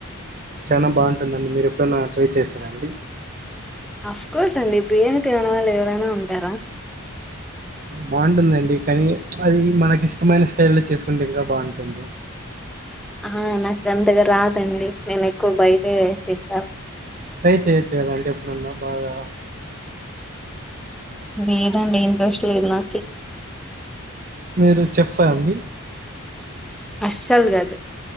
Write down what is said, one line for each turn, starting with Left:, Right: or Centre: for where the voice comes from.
Right: చాలనా బాగుంటుందండి మీరు ఎప్పుడైనా ట్రై చేస్తారా అండి
Centre: అఫ్ కోర్స్ అండి బిర్యానీ తినగని వాళ్ళు ఎవరైనా ఉంటారా
Right: బాగుంటుందండి కానీ అది మనకి ఇష్టమైన స్టైల్ లో చేసుకుంటే ఇంకా బాగుంటుంది
Centre: ఆ నాకు అంతగా రాదండి నేను ఎక్కువ బయటే తింటాను
Right: ట్రై చెయొచ్చు కదా అంటే ఎప్పుడున్నా బాగా
Centre: ఇ ఏదండి ఇంట్రెస్ట్లుదు నా
Right: మీరు చెప్పండి
Centre: అస్సలు గదు